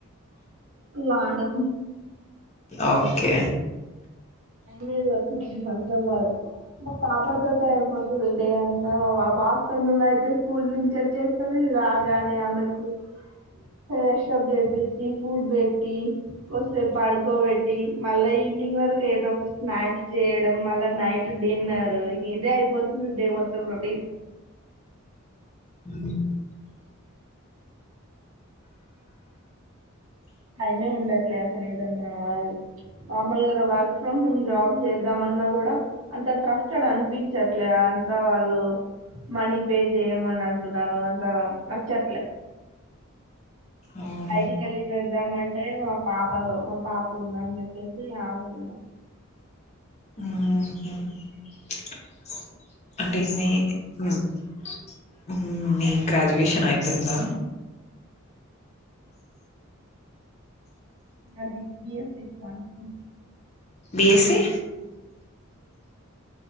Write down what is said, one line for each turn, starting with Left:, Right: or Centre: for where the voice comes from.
Right: లాండాకు.
Left: ఓకే.
Right: లేదు ఎఫు కి ఫస్ట్ టైమ్ గాదు. మా పాప తోటే, ఐపోతాది, డే అంతా మా. బస్త నూన అయితే స్కూల్ నుంచి వొచ్చేస్తుది, రాగానే ఆమెకు, ప్రేషఫ్ జెపించి, ఫుడ్ పెట్టి, కొసేపు పడుకోబెట్టి, మళ్ళ ఇ. మవార్నింగ్ వరకు ఏదో ఒకటి స్నాక్స్ చేయడం, మళ్ళా నైట్ డిన్నర్, ఇదే అయిపోతుంది, డే మొత్తం, రొటీన్.
Left: అ
Right: టైమే ఉండట్లే అసలు ఏదన్నా, నార్మల్గా ఏదన్న వర్క్ ఫ్రమ్ హోమ్ జాబ్ చేద్దామన్నా, కూడా, అంత ట్రస్టడ్ అనిపించట్లే, అంత వాళ్ళు, మనీ పే చేయమని అంటున్నారు, అంత నచ్చట్లే.
Left: ఆహా
Right: ఐటి కాలజ్ అ. వద్దాం అంటే, మా పాప, మా పాప ఉంద అని, చెప్పేసి ఆగుతున్నాం.
Left: ఉహు. <unintelligible> గ్రాజ్యువెషన్, అయిపోయిందా.
Right: అది. బిఎస్ సి కాల్ఫీ.
Left: బీఎస్సి.